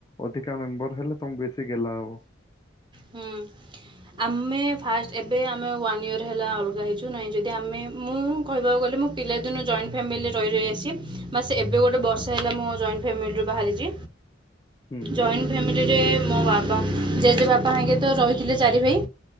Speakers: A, on the left; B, on the right.
A: ଅଧିକା ମେମ୍ବର ହେଲେ ତମକୁ ବେଶୀ ଗେଲ୍ହା ହବ।
B: ହୁଁ। ଆମେ ଫାଷ୍ଟ ଏବେ ଆମେ ୱାନ୍ ଇୟର ହେଲା ଅଲଗା ହେଇଛୁ ନହିଁ ଯଦି ଆମେ ମୁଁ। କହିବାକୁ ଗଲେ ମୁଁ ପିଲାଦିନୁ ଜଏଣ୍ଟ ଫ୍ୟାମିଲିରେ ରହି ରହି ଆସିଛି। ବାସ ଏବେ ଗୋଟେ
A: ଆଚ୍ଛା
B: ବର୍ଷେ ହେଲା ଜଏଣ୍ଟ ମୁଁ ଫ୍ୟାମିଲି ରୁ ବାହାରିଛି
A: ହୁଁ
B: ଜଏନ ଫ୍ୟାମିଲିରେ ମୋ ବାବା ଜେଜେ ବାପା ହେଇକା ତ ରହିଥିଲେ ଚାରି ଭାଇ।